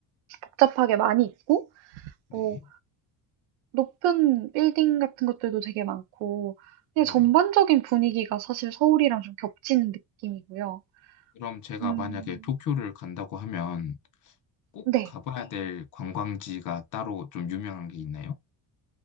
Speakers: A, on the right; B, on the left.
A: 복잡하게 많이 있고,
B: 네.
A: 뭐, 높은 빌딩 같은 것들도 되게 많고, 그냥
B: 네.
A: 전반적인 분위기가 사실 서울이랑 좀 겹치는 느낌이고요.
B: 그럼 제가
A: 음,
B: 만약에 도쿄를 간다고 하면 꼭
A: 네.
B: 가봐야 네. 될 관광지가 따로 좀 유명한 게 있나요?